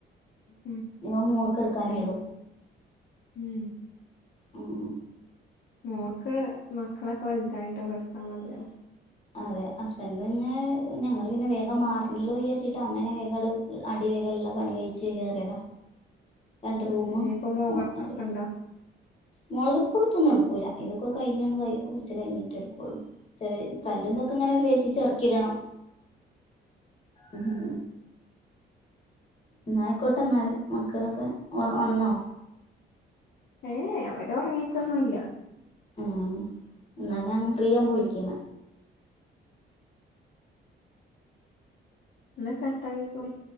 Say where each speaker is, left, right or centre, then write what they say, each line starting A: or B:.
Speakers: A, on the left; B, on the left.
A: ഉം
B: ഇനിപ്പോ മോൾക്ക് എടുക്കാനേ
A: എ
B: ഉള്ളൂ
A: ഉം
B: ഉം
A: മോള്ക്ക് മക്കളൊക്കെ വലുതായിട്ടോ കൊടുത്താൽ മതിയല്ലോ
B: അതെ ഹസ്ബന്റ് നിങ്ങെ ഞങ്ങള് പിന്നെ വേഗം മാറണല്ലോ വിചാരിച്ചിട്ടാ അങ്ങനെ വേഗം അത് അടിവരെള്ള പണി കഴിച്ച് കയെറിയതാ രണ്ട്
A: ഉം.
B: റൂമ്മൂ
A: ഇനിയിപ്പോ മോകളൊക്കെ
B: അടി
A: ഉണ്ടോ
B: മുളക്പ്പൊടുത്തൊന്നും എടുക്കൂല ഇതൊക്കെഴിഞ്ഞൊന്ന് ക ഉറച്ച് കഴിഞ്ഞിട്ട് റ്റെടുക്കുള്ളൂ ചെറി കല്ലന്നൊക്കെ ഇങ്ങനെ രസി ചെറക്കിടണം ഉം ന്നായിക്കോട്ടെ എന്നാല് മക്കളൊക്കെ ഒറ ഒണന്നോ
A: ഉം ഏ അവരെ ഉറങ്ങീയിട്ടൊന്നുല്ല
B: ആഹ് എന്നാ ഞാൻ ഫ്രീ ആകുമ്പോൾ വിളിക്കന്ന
A: എന്ന കട്ടാക്കി കൊളി